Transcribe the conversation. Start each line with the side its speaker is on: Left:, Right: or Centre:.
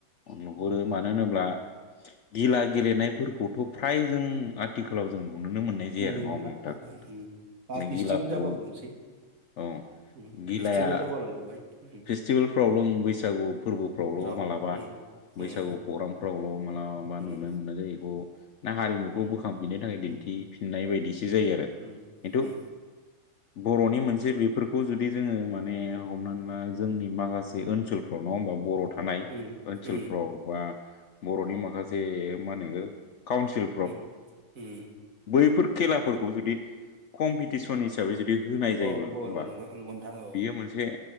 Left: नुहरो
Right: उम
Left: मा मानो होनोब्ला गिला गेलेनायफोरखौथ' फ्राय जों आथिखालाव जों नुनोनो मोननाय जायो
Right: नुनो
Left: आरो नङा
Right: मोनला
Left: होमबा नोंथां
Right: उम उम माबा
Left: बे
Right: फेस्टिभेल
Left: गिलाखौ
Right: जाबाल' नुसै
Left: औ।
Right: उम
Left: गिलाया
Right: फेस्टिभेल जाबाल' नुबाय उम
Left: फेस्टिभेलफ्रावल' ओं बैसागु फोरबोफ्रावल'
Right: औ
Left: मालाबा
Right: उम
Left: बैसागु
Right: उम
Left: प्रग्रामफ्रावल' मालाबा
Right: उम
Left: नुनो मोननाय जायो बेखौ ना हारिमुखौ
Right: उम
Left: बोखांफिननो थाखाय
Right: उम
Left: दिन्थि फिननाय बायदिसो जायो आरो।
Right: उम
Left: खिन्थु
Right: उम।
Left: बर'नि मोनसे बे बेफोरखौ जुदि जोंङो माने हमनानै ला जोंनि माखासे ओनसोलफ्राव नङा होमबा बर' थानाय
Right: उम
Left: ओनसोलफ्राव
Right: उम
Left: बा बर'नि माखासे मा होनो काउन्सिल
Right: उम उम।
Left: बैफोर खेलाफोरखौ जुदि कम्पिटिसन हिसाबै जुदि होनाय जायोब्ला
Right: <unintelligible> नोंगौ
Left: होमबा
Right: नोंथां ओ।
Left: बियो मोनसे